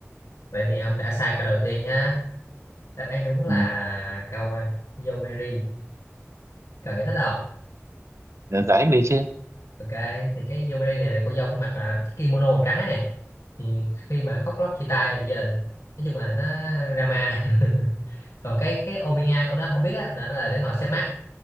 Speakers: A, on the left; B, on the right.
A: Vậy thì ông đã sai câu đầu tiên nhá. Đáp án đúng là
B: ừ.
A: câu à, Yomeri. Cần giải thích không?
B: để giải thích đi chứ
A: Ok, thì cái Yomeri này là cô dâu phải mặc là kimono màu trắng ấy. Thì khi mà khóc lóc chia tay gia đình, nói chung là nó drama. <laughs> Còn cái cái Omiya ông nói không biết á, là nó là lễ hội xem mắt,